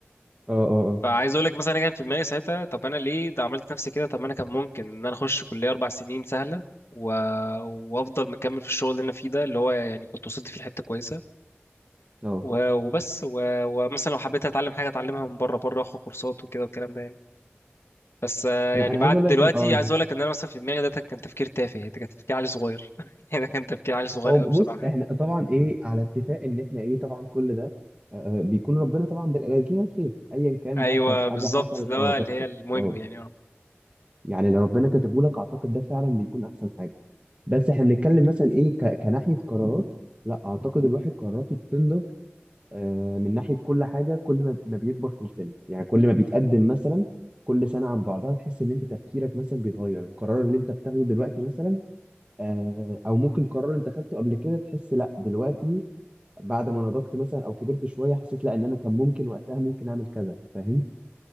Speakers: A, on the right; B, on the left.
A: اه اه اه
B: فعايز اقول لك مثلا انا كان في دماغي ساعتها طب انا ليه ده عملت نفسي كده طب ما انا كان ممكن ان انا اخش كليه اربع سنين سهله و... وافضل مكمل في الشغل اللي انا فيه ده اللي هو يعني كنت وصلت فيه لحته كويسه
A: اه
B: و... وبس و... ومثلا لو حبيت اتعلم حاجه اتعلمها من بره بره واخد كورسات وكده والكلام ده يعني بس آه،
A: انا
B: يعني
A: انا
B: بعد
A: عايز اقول لك
B: دلوقتي
A: اه أنا-
B: عايز اقول لك ان انا مثلا في دماغي ده كان تفكير تافه ده كان تفكير عيل صغير <laughs> يعني كان تفكير عيل صغير
A: اه
B: قوي
A: بص
B: بصراحه يعني.
A: احنا طبعا ايه على اتفاق ان احنا ايه طبعا كل ده آه، آه، بيكون ربنا طبعا ده لنا خير ايا كان
B: ايوه
A: بقى سواء حاجه
B: بالظبط
A: حصلت
B: ده
A: او
B: بقى
A: هتحصل
B: اللي هي المهم
A: اه
B: يعني اه
A: يعني لو ربنا كاتبه لك اعتقد ده فعلا بيكون احسن حاجه بس احنا بنتكلم مثلا ايه ك... كناحيه قرارات لا اعتقد الواحد قراراته بتنضج آه من ناحيه كل حاجه كل ما, ما بيكبر في السن يعني كل ما بيتقدم مثلا كل سنه عن بعضها تحس ان انت تفكيرك مثلا بيتغير القرار اللي انت بتاخده دلوقتي مثلا آه او ممكن قرار انت خدته قبل كده تحس لا دلوقتي بعد ما نضجت مثلا او كبرت شويه حسيت لا ان انا كان ممكن وقتها ممكن اعمل كذا فاهم